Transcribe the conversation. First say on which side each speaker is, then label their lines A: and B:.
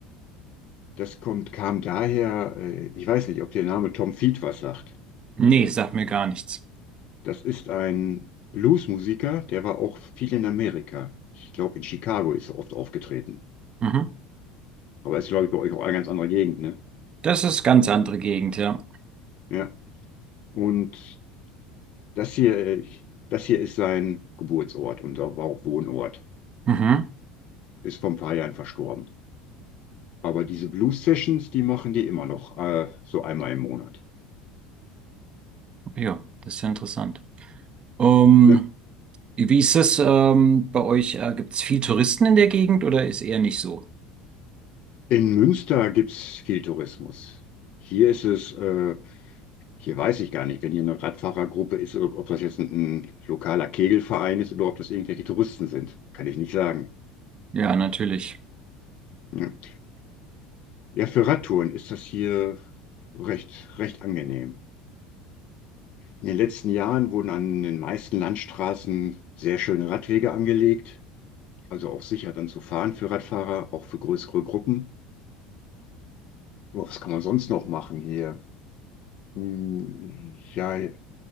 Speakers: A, on the left (about 50°); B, on the right (about 35°).
A: Das kommt, kam daher, äh, ich weiß nicht, ob der Name Tom Feet was sagt.
B: nee, sagt mir gar nichts.
A: Das ist ein Bluesmusiker, der war auch viel in Amerika. Ich glaube, in Chicago ist er oft aufgetreten.
B: Mhm.
A: Aber ist, glaube ich, bei euch auch eine ganz andere Gegend, ne?
B: Das ist ganz andere Gegend, ja.
A: Ja. Und Das hier, das hier ist sein Geburtsort und auch war auch Wohnort.
B: Mhm.
A: Ist vor ein paar Jahren verstorben. Aber diese Blues Sessions, die machen die immer noch, äh, so einmal im Monat.
B: Ja, das ist ja interessant. Ähm,
A: Ne?
B: wie ist es ähm, bei euch? Äh, gibt es viel Touristen in der Gegend oder ist eher nicht so?
A: In Münster gibt's viel Tourismus. Hier ist es, äh, hier weiß ich gar nicht, wenn hier eine Radfahrergruppe ist, ob, ob das jetzt ein, ein lokaler Kegelverein ist oder ob das irgendwelche Touristen sind. Kann ich nicht sagen.
B: Ja, natürlich.
A: Ne? Ja, für Radtouren ist das hier recht, recht angenehm. In den letzten Jahren wurden an den meisten Landstraßen sehr schöne Radwege angelegt, also auch sicher dann zu fahren für Radfahrer, auch für größere Gruppen. Aber was kann man sonst noch machen hier? Hm, Ja,